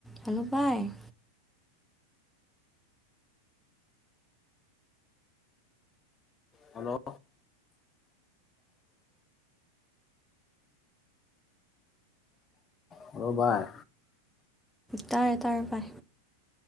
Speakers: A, in the centre; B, on the left.
A: hello ꯚꯥꯏ
B: hello hello ꯚꯥꯏ
A: ꯇꯔꯦ ꯇꯔꯦ ꯚꯥꯏ